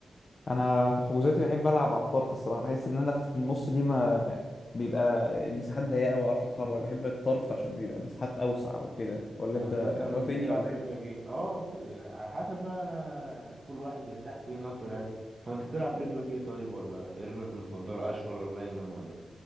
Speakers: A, on the left; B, on the right.
A: انا في حجوزاتي بحب العب على الطرف الصراحه بحس ان انا في النص دي ما بيبقى المساحات ضيقه وما اعرفش اتحرك بحب الطرف عشان بيبقى مساحات اوسع وكده ولا
B: وانت
A: انت
B: مثلا
A: موافقني
B: بتلعب
A: ولا ايه
B: رجلك ايه اه ب- على حسب بقى كل واحد بيرتاح فين اكتر يعني هو انت بتلعب رجلك ايه طيب ولا ايه رجلك المفضله اشول ولا ايمن ولا